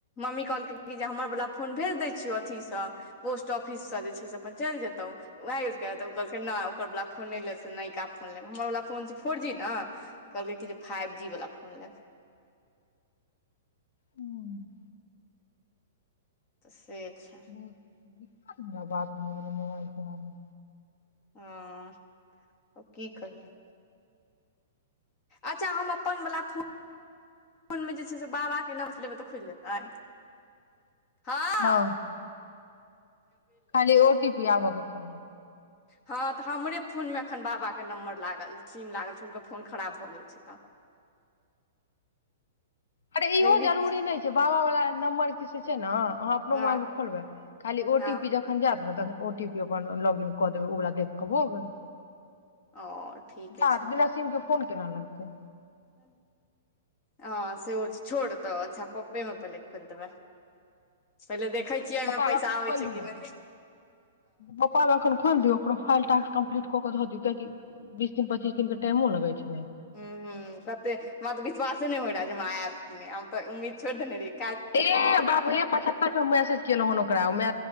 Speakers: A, on the left; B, on the left.
A: मम्मी कि जे हमर बला न भेज द छियौ अथि स पोस्ट ऑफिस स जे छैइ अपन चल जेतौउ वएह यूज कैल तो उ कहलकइ जे नैइ ओकरवला फोन नई लेब से नयका फोन लेब हमर फोन छैइ फोर जी न तो कहलकै कि जे फाईवजीवला फोन फोन लेब
B: हम्म,
A: त से छै
B: बहुत दिक्कत भ जायत भऽ गेलै मोबाइल के बारे
A: हँअ् अब की कहीअइन अच्छा हम अपनवला फोन मनमे जे छैइ से बाबाके नामसँ लेबै तऽ खुलि जेतै हां
B: हँ खाली ओटी पी आबके चाही
A: हँअ् तऽ हमरे फोनमे एखन बाबाके नम्बर लागल सीम लागल छैइ हुनकर फोन खराब भऽ गेल छैइ तऽ <inaudible>
B: अरे इहो
A: लेकिन रिच
B: जरूरी नई छैइ बाबा वला नम्बर कि से छैइ ना अहाँ अपनो
A: हँ
B: मोबाइल में खोलबै खाली ओ
A: हँ
B: टी पी जखन जायत ने तख ओ टी पी अपन लाॅग इन कऽ देबै ओकरा देखक भ गेलैइ
A: आओर ठीके
B: जा त बिना सीम के फोन केना लगतै
A: ह हँअ् सेहो छ छोड़तै अच्छा पप्पेमे पहिले खोल देबै पहिले देखै छिअई आहांमे
B: पप्पा मे
A: पैसा
B: एखन
A: आबै
B: खोलि
A: छैइ
B: दियौ
A: कि नई
B: पप्पा में एखन खोल दियौ प्रोफाईल टाक्स कम्प्लीट क क ध दियौ काहे कि बीस दिन पच्चीस दिन के टाइमो लगै छैइ
A: हूंअ् हूंअ् तते हमरा तऽ विश्वासे नहि होय रहा जे हमरा आयत कि नई हम तऽ उम्मीद छोड़ि देने रहिए
B: ए बाबू हे पचहत्तर बेर मैसेज केलहुं हन ओकरा ओमे